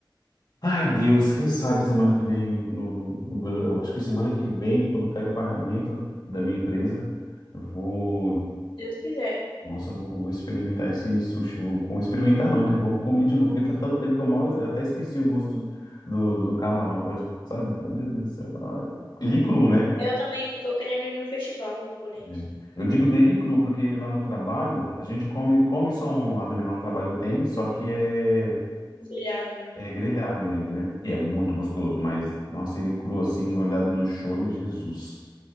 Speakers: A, on the left; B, on the left.
A: Ai, Deus, quem sabe semana que vem, no, no- no- eu acho que semana que vem, quando cair o pagamento da minha empresa, eu vou,
B: Deus quiser.
A: nossa, eu vou, vou experimentar esse sushi. Vou, com- experimentar não, né? Vou comer de novo, porque faz tanto tempo que eu mal, eu até esqueci o gosto do, do camarão, pode, sabe? Ai, meu Deus do céu. Ai. Ele cru, né?
B: Eu também tô querendo ir no festival japonês.
A: É. Eu digo dele cru, porque lá no trabalho a gente come, come salmão lá também. Lá no trabalho tem, só que é,
B: Brilhado, né?
A: é grelhado ele, né? E é muito gostoso, mas nossa, ele cru assim, olhado no shoyu, Jesus.